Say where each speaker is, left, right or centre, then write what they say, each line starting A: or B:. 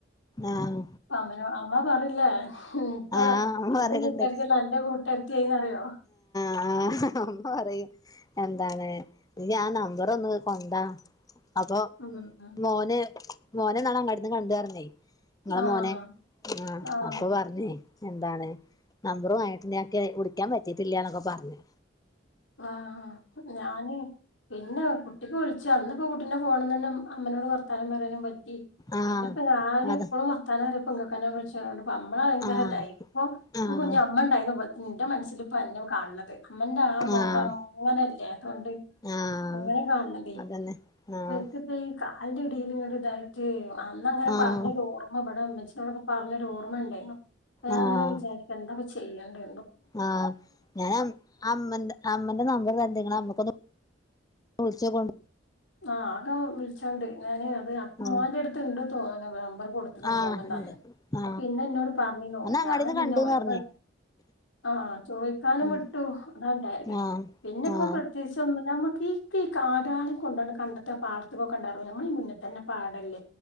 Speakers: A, on the left (about 20°); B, on the left (about 90°).
A: ആഹ്
B: അമ അമ്മ പറയില്ലേ ഇപ്പ
A: ആഹ് അമ്മ
B: ഇന്റെ
A: പറയലുണ്ട്
B: കൂട്ടുകാരത്തിയല്ല അന്റെ കൂട്ടുകാരത്തിയായിന്നറിയോ
A: ആഹ് അമ്മ പറയും എന്താണ് ഇയ്യ് ആ നമ്പറൊന്ന് കൊണ്ടാ അപ്പൊ
B: ഉം ഉം
A: മോന് മോന്ന്നാള് അങ്ങാടിന്ന് കണ്ട് പറിഞ്ഞേ നിങ്ങളെ
B: ആഹ്
A: മോനെ, ആഹ
B: ആഹ്
A: അപ്പൊ പറഞ്ഞേ എന്താണ് നമ്പറ വങ്ങിട്ട് ഞക്ക് വിളിക്കാൻ പറ്റീട്ടില്ലന്നൊക്കെ പറഞ്ഞേ
B: ആഹ ഞാന് പിന്നെ ഒറ്റക്ക വിളിച്ച അന്ന് ഇപ്പൊ കുട്ടിന്റെ ഫോണനി തന്നെ അമ്മനോട് ർത്താനം പറയാനും പറ്റി
A: ആഹ്
B: പിന്നെ ഞാൻ
A: അതെ
B: എപ്പോഴും വർത്താനറിയപ്പം ഇങ്ങനക്കങ്ങനെ വിളിച്ച അമ്മ ഭയങ്കര
A: ആഹ്
B: ഇതായി ഇപ്പൊ
A: ആഹ്
B: കുഞ്ഞ അമ്മ ഉണ്ടതുപോല തെന്റെ മനസ്സിൽ ഇപ്പോ അന്നിം കാണണ്ണേ അമ്മന്റെ ആ മുഖം
A: ആഹ്
B: അങ്ങനല്ലേ അതുകൊണ്ട്
A: ആഹ്
B: അങ്ങനെ കാണണതേ
A: അതന്നെ ആഹ്
B: മപ്പ ഈ കാലിന്റെ ഇടയിൽ ഇങ്ങന ഇതായിട്ട് അന്ന അങ്ങനെ
A: ആഹ്
B: പറഞ്ഞൊരു ഓർമ്മപ്പെടാണ്ട് പറഞ്ഞൊരു ഓർമ്മ ഉണ്ടായിരുന്നു അപ്പം ഞാൻ
A: ആഹ്
B: ഇങ്ങനെ വിചാരിക്കും എന്താപ്പം ചെയ്യേണ്ടന്ന്
A: ആഹ് ഞാൻ അമ്മ അമ്മന്റെ നമ്പർ തരണ്ട് ഇങ്ങള് അമ്മക്കൊ വിളിച്ചോകൊ
B: ആ ആകെ വിളിച്ചോണ്ട് ഞാന് അത് അത്ത
A: ആ
B: മോന്റെ അടുത്ത്ണ്ട് തോന്ന്ണ്ട് നംബർ കൊടുത്തക്കന്ന്
A: ആ
B: തോന്നുന്നുണ്ടന്ന്
A: ഉണ്ട് ആ
B: അപ്പൊ പിന്ന എന്നന്നോട് പറഞ്ഞോ
A: അന്ന്
B: ഞാൻ
A: അങ്ങാടിന്ന്
B: പിന്നെ
A: കണ്ടുന്ന്
B: ഓരോ
A: പറഞ്ഞേ
B: ആഹ ചോദിക്കാനും
A: ഉം
B: വിട്ടു അതാണ്ടായത്
A: ആ
B: പിന്നെ ഇപ്പോ
A: ആ
B: പ്രത്യേകിചൊന്നുല്ല ന ക്ക ഈ കാടുകളം കൊണ്ടോണ്ട് കണ്ടത്ത പാടത്തുക കണ്ടായിരുന്നു നമ്മള ഈ മുന്നെ തന്നെ പാടല്ലേ